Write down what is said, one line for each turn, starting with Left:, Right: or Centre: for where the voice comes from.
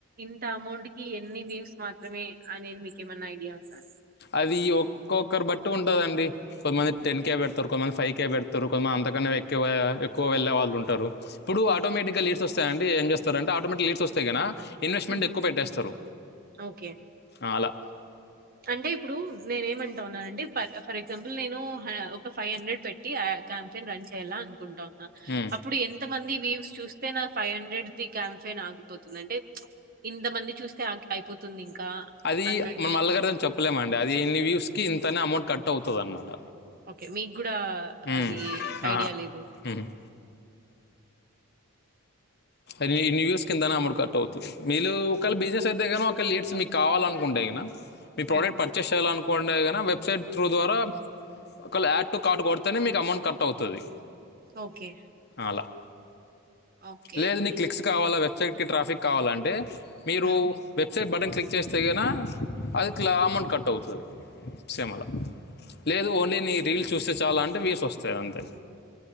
Right: ఇంత అమౌంట్ కి ఎన్ని వీవ్స్ మాత్రమే అనేది మీకేమన్నా ఐడియా ఉందా
Left: అది ఒక్కొక్కరు బట్టి ఉంటదండి కొంతమంది టెన్ కే బెట్ తర్ కొంతమంది ఫై కె పెడుతరు కొంతమంది అంతకన్నా ఎక్వ ఎక్కువ వెళ్లే వాళ్ళుంటరు అప్పుడు ఆటోమెటిక్గా లీట్స్ వస్తాయండి ఏం చేస్తారంటే ఆటోమేటిక్ లీట్ సోస్తే గిన ఇన్వెస్ట్మెంట్
Right: ఉమ్,
Left: ఎక్కువ పెట్టేస్తరు
Right: ఓకే
Left: అ అలా
Right: అంటే ఇప్పుడు నేనేమం టున్ననండి పర్ ఫర్ ఎగ్జాంపుల్ నేను హా ఒక ఫైవ్ హండ్రెడ్ పెట్టి ఆ క్యాంపెయిన్ రన్ చేయాలా అనుకుంటా న్న
Left: ఉమ్.
Right: అప్పుడు ఎంత మంది వ్యూస్ చూస్తే నా ఫైవ్ హండ్రెడ్ ది క్యాంఫయిన్ ఆగిపోతుంది అంటే ఇంతమంది చూస్తే అ అయిపోతుంది ఇంకా
Left: అది
Right: అన్నట్టు.
Left: మన మల్లగారన్ చెప్పలేమండి అది ఇన్ని వ్యూస్ కి ఇంతన్ అమౌంట్ కట్ అవుతది అనమాట
Right: ఓకే మీక్కుడా
Left: అనమాట
Right: అది ఐడియా లేదుఓ
Left: ఇన్ని వ్యూస్కి ఇంతని అమౌంట్ కట్ అవుతది మీలో ఒకేళ బిజినెస్ అయితే గాని ఒక లీడ్స్ మీకు కావాలనుకుంటే గినా మీ
Right: హ్మ్.
Left: ప్రోడక్ట్ పర్చేస్ చేయాలనుకు కొండే గిన వెబ్సైట్ త్రూ ద్వారా ఒకవేళ యాడ్ టు కార్డు కొడితేనే మీకు అమౌంట్ కట్ అవుతది
Right: ఓకే.
Left: అలా
Right: ఓకే
Left: లేదు
Right: అండి.
Left: నీ క్లిక్స్ కావాలా వెబ్సైట్కి ట్రాఫిక్ కావాలాంటే మీరు
Right: హ్మ్.
Left: వెబ్సైట్ బటన్ క్లిక్ చేస్తేగిన అదిట్ల అమౌంట్ కట్ అవుతది సేమ్ అలా. లేదు ఓన్లీ నీ రీల్స్ చూస్తే చాలు అంటే వ్యూస్ వస్తాయి అంతే.